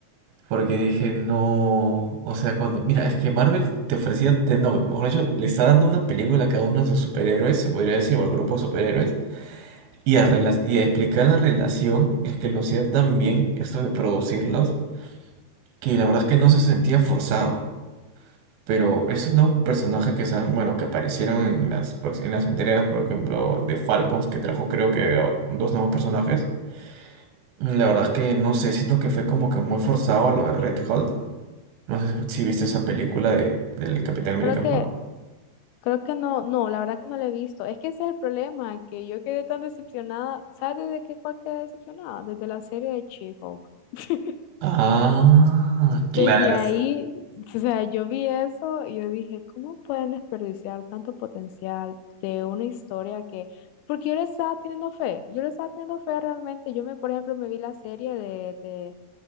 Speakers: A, on the right; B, on the left.
A: Porque dije, no, o sea, cuando, mira, es que Marvel te ofrecía, te- no, mejor dicho, le está dando una película a cada uno de sus superhéroes, se podría decir, o al grupo de superhéroes, y a, rela- y a explicar la relación, es que lo hacía tan bien, esto de producirlos, que la verdad es que no se sentía forzado. Pero esos nuevos personajes que están, bueno, que aparecieron en las, prox- en las entregas, por ejemplo, de Falcons, que trajo creo que oh, dos nuevos personajes, la verdad es que no sé, siento que fue como que muy forzado lo de Red Hulk. No sé si si viste esa película de, del Capitán América
B: Creo que,
A: Falcon.
B: creo que no, no, la verdad que no la he visto. Es que ese es el problema, que yo quedé tan decepcionada. ¿Sabes desde qué cual quedé decepcionada? Desde la serie de She-Hulk. <laughs>
A: Ah, claro,
B: Desde ahí, o sea, yo vi eso y yo dije, ¿cómo pueden desperdiciar tanto potencial de una historia que, porque yo le estaba teniendo fe, yo le estaba teniendo fe realmente, yo me, por ejemplo, me vi la serie de,